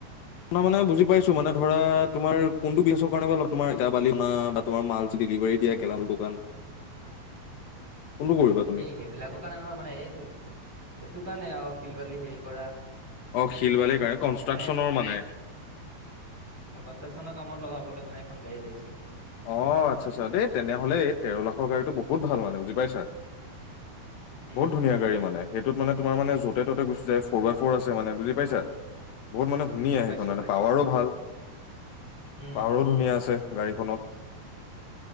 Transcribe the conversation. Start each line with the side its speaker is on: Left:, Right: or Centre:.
Left: নহ মানে বুজি পাইছো মানে ধৰা তোমাৰ কোনটো বেচৰ কাৰণে তোমাৰ বোকা বালি না তোমাৰ মালচ ডিলেভাৰী দিয়া গেলামাল দোকান
Right: <unintelligible>
Left: কোনটো কৰিবা তুমি
Right: এই সেইবিলাকৰ কাৰণে নহয় মানে এইটো সেইটো কাৰণে আৰু শিল বালি হেৰি কৰা।
Left: অঁ' শিল বালিৰ কাৰণে কনষ্ট্ৰাকশ্যনৰ
Right: মানে
Left: মানে।
Right: অ' কনষ্ট্ৰাকশ্যনৰ কামত লগাবলৈ মানে এখন গাড়ী লাগিছিলে।
Left: অ' আচ্ছা আচ্ছা দেই তেনেহলে এই তেৰ লাখৰ গাড়ীটো বহুত ভাল মানে বুজি পাইছা।
Right: উম,
Left: বহুত ধুনীয়া গাড়ী মানে সেইটোত মানে তোমাৰ মানে যতে ততে গুচি যায় ফৰ' বাই ফৰ ' আছে মানে বুজি পাইছা। বহুত মানে ধুনীয়া
Right: পাইছো,
Left: সেইখন মান
Right: পাইছো,
Left: পাৱাৰো ভাল
Right: উম,
Left: পাৱাৰো ধুনীয়া আছে গাড়ীখনত।